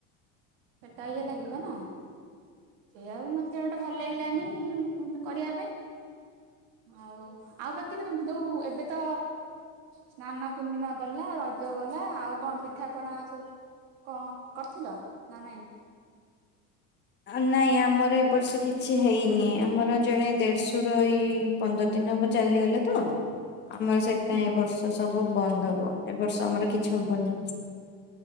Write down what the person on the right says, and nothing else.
ଏଟା ଇଏ ଲାଗିବ ନାଁ। ସେ ଆଉ ମତେ ଅଟେ ଭଲ ଲାଗିଲାନେଇ କରିବା ପାଇଁ। ଆଉ ଆଉ ବାକି ଦ-ଦ ଦୋଉ ଏବେ ତ ସ୍ନାନ ପୂର୍ଣ୍ଣିମା ଗ ଲା ରଜ ଗଲା ଆଉ କଁ ପିଠା ପଣା ସବୁ କଁ କରିଥିଲ ନାଁ ନାଇଁ? <inaudible>
ହୁଁ।